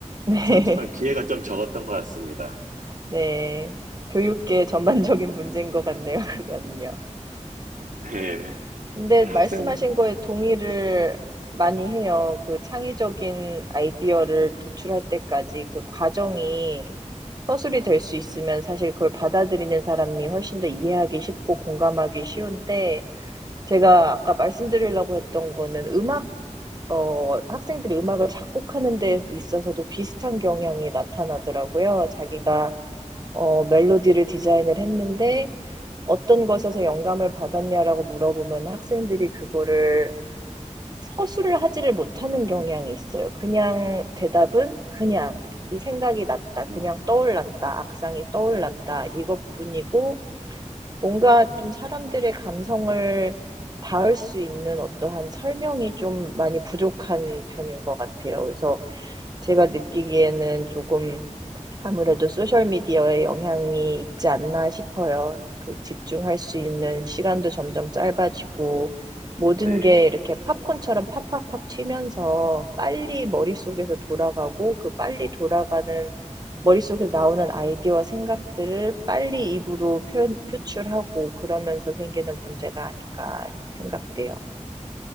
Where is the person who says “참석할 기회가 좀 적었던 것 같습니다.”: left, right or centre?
Right